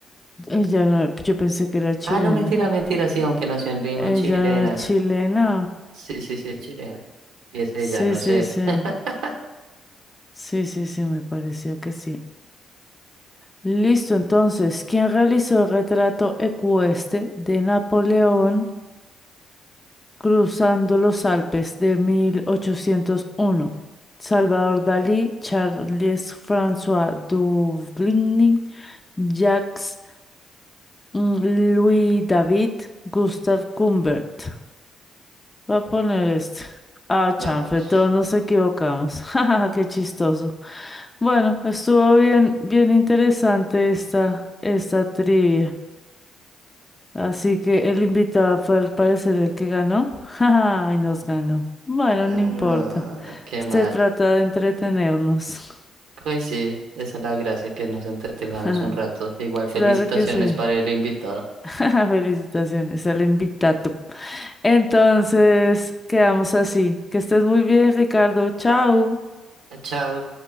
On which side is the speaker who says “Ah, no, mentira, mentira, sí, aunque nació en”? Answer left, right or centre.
Right